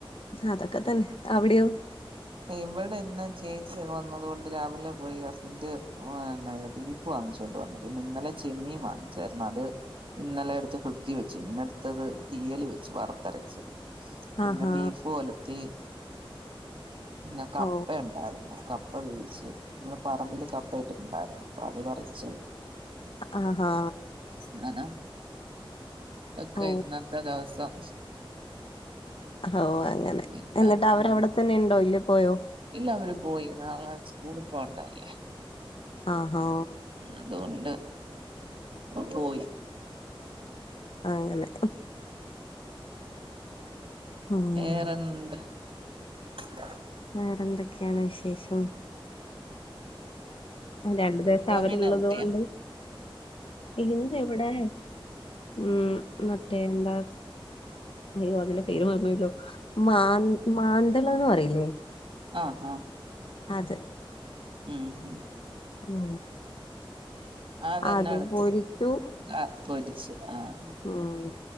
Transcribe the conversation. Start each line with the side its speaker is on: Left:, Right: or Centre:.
Left: അതൊക്കെ തന്നെ അവിടെയൊ
Right: ഇവിടെ ഇന്ന് ചേച്ചിയൊക്കെ വന്നത് കൊണ്ട് രാവിലെ പോയി ഹസ്ബന്റ് ണ്ടായി ബീഫ് വാങ്ങിച്ചൊണ്ട് വന്നു പിന്നെ ന്നലെ ചെമ്മീൻ വാങ്ങിച്ചായിരുന്നു അത് ഇന്നലെ എടുത്ത് ഫ്രിഡ്ജി വെച്ചിന്നു ന്നെടുത്തത് തീയൽ വെച്ചു വർത്തരച്ച് പിന്നെ
Left: ആഹാ.
Right: ബീഫ് ഒലത്തി പിന്നെ കപ്പ
Left: ഓ.
Right: ണ്ടായിര്ന്നു ക പ്പ വേവിച്ച് മ്മളെ പറമ്പില് കപ്പ ഇട്ടിട്ടുണ്ടായിരുന്നു പ്പ ത് പറിച്ച്
Left: ആഹ് ഹാ
Right: ടാ ന്നാ ഒക്കെ
Left: ഓ.
Right: ഇന്നത്തെ ദിവസം
Left: ഓ അങ്ങനെ
Right: പിന്നെ
Left: എന്നിട്ട് അവരവിടെത്തന്നെ
Right: ഉം
Left: ണ്ടോ ഇല്ല പോയോ
Right: ഇല്ല അവര് പോയി നാളെ സ്ക്കൂളി പോണ്ടല്ലേ
Left: ആ ഹോ
Right: അതുകൊണ്ട് പോയി
Left: ങ്ങനെ ഉം.
Right: വേറെന്ത് <inaudible>
Left: വേറെ ന്തെ ക്കെണ് വിശേഷം രണ്ട് ദിവസം
Right: എന്തോമീന
Left: അവരുള്ളത്
Right: കിട്ടിയ
Left: കൊണ്ട് ഇന്നി വിടെ ഉം മറ്റേ എന്താ അയ്യോ അതിന്റെ പേര് മറന്നോയല്ലോ മാന് മാന്തള് ന്ന് പറയില്ലേ
Right: ആ ആ
Left: അത്
Right: ഉം
Left: ഉം
Right: അതെന്നെടുത്ത്
Left: അത് പൊരിച്ചു.
Right: ആ പൊരിച്ച് ആഹ്
Left: ഉം